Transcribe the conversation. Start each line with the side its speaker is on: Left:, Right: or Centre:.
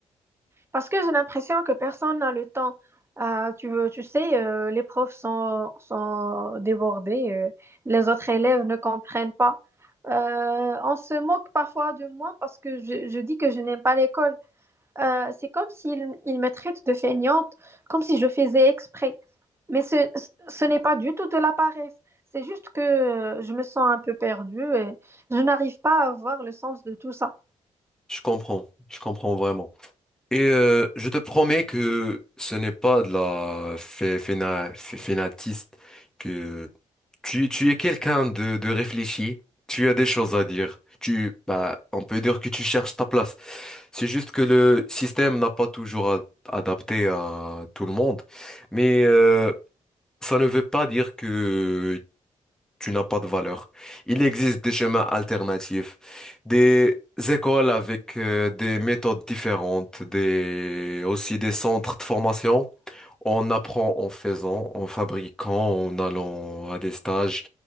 Right: Parce que j'ai l'impression que personne n'a le temps. Ah, tu veux, tu sais, euh, les profs sont, sont débordés, euh, les autres élèves ne comprennent pas. Euh, on se moque parfois de moi parce que je, je dis que je n'aime pas l'école. Euh, c'est comme s'ils ils me traitent de feignante, comme si je faisais exprès. Mais ce, ce n'est pas du tout de la paresse. C'est juste que euh, je me sens un peu perdue et je n'arrive pas à voir le sens de tout ça.
Centre: Je comprends, je comprends vraiment. Et euh, je te promets que ce n'est pas de la fé- féna- fé- fénatiste, que tu, tu es quelqu'un de, de réfléchi, tu as des choses à dire. Tu, bah, on peut dire que tu cherches ta place. C'est juste que le système n'a pas toujours a- adapté à tout le monde, mais euh, ça ne veut pas dire que tu n'as pas de valeur. Il existe des chemins alternatifs, des écoles avec euh, des méthodes différentes, des aussi des centres de formation. On apprend en faisant, en fabriquant, en allant à des stages.